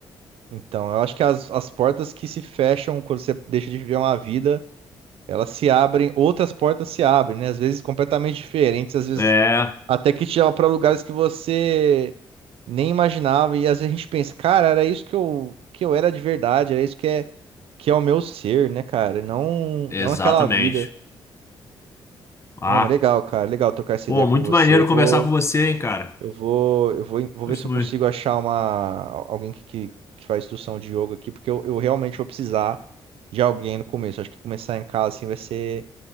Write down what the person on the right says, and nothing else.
Então, eu acho que as, as portas que se fecham quando você deixa de viver uma vida, elas se abrem, outras portas se abrem, né? Às vezes completamente diferentes, às vezes
até que te leva para lugares que você nem imaginava. E às vezes a gente pensa, cara, era isso que eu, que eu era de verdade, era isso que é, que é o meu ser, né, cara? E Não,
não aquela vida.
Ah, mas legal, cara, legal trocar essa
ideia com
você.
Eu vou.
Eu vou, eu vou, vou
ver se eu
consigo achar uma, alguém que, que, que faz instrução de yoga aqui, porque eu, eu realmente vou precisar de alguém no começo. Acho que começar em casa assim vai ser,